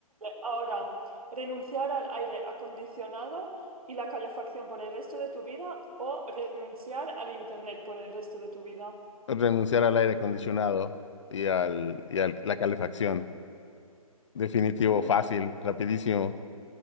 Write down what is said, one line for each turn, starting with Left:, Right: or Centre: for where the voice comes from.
Right: Ahora, renunciar al aire acondicionado y la calefacción por el resto de tu vida o renunciar al internet por el resto de tu vida.
Left: Renunciar al aire acondicionado y al, y al la calefacción. Definitivo,
Right: Ujú.
Left: fácil, rapidísimo.